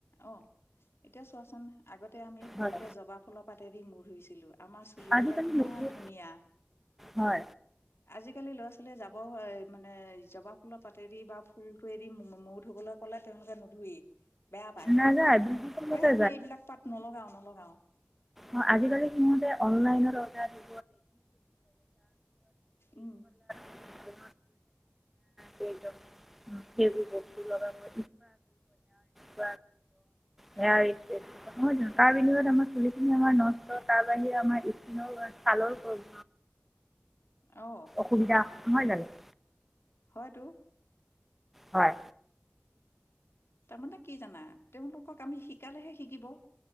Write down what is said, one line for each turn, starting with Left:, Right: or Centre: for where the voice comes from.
Left: অ এতিয়া চোৱাচোন আগতে আমি সৰুতে
Centre: হয়
Left: জবা ফুলৰ পাতেদি মূৰ ধুইছিলো। আমাৰ চুলিবিলাক
Centre: আজিকালি
Left: কিমান
Centre: নতুন
Left: ধুনীয়া।
Centre: হয়
Left: আজিকালি ল'ৰা ছোৱালীয়ে যাব মানে জবা ফুলৰ পাতেদি বা ফুলতেদি ম ধুব ধুবলৈ ক'লে তেওঁলোকে নুধুই। বেয়া পাই
Centre: নাযায় ডিজিটেলতে
Left: কয়। আমি এইবিলাক পাত নলগাও নলগাও।
Centre: অ আজিকালি সিহঁতে অনলাইন অৰ্ডাৰ।
Left: উম
Centre: <unintelligible>
Left: <unintelligible>
Centre: সেইবোৰ বস্তুৰ লগ <unintelligible> <unintelligible>
Left: অ
Centre: তাৰ বিনিময়ত আমাৰ চুলিখিনি আমাৰ নষ্ট। তাৰ বাহিৰে আমাৰ ইখ ছালৰ পব
Left: অ
Centre: অসুবিধা নহয় জানো।
Left: হয়তো।
Centre: হয়।
Left: তাৰমানে কি জানা তেওঁলোকক আমি শিকালেহে শিকিব